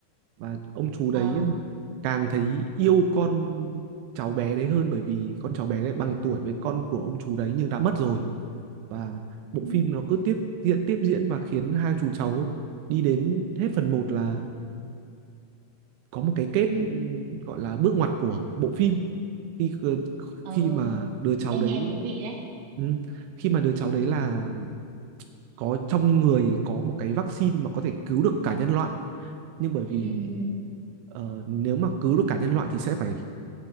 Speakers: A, on the right; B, on the right.
A: và ông chú
B: Ờ.
A: đấy ờ, càng thấy yêu con cháu bé đấy hơn bởi vì con cháu bé đấy bằng
B: Ừ.
A: tuổi với con của ông chú đấy nhưng đã mất rồi và bộ
B: Ừ.
A: phim nó cứ tiếp diễn tiếp diễn và khiến hai chú cháu đi đến hết phần một là có một cái kết
B: Ừ.
A: ừ, gọi là bước ngoặt của bộ phim khi ờ,
B: Ờ.
A: khi mà đứa cháu
B: Em
A: đấy
B: nghe thú vị đấy.
A: ừ, khi mà đứa cháu đấy là có trong người có một cái vaccine mà có thể cứu được cả nhân loại nhưng bởi vì
B: Ừ.
A: ờ, nếu mà cứu được cả nhân loại thì sẽ phải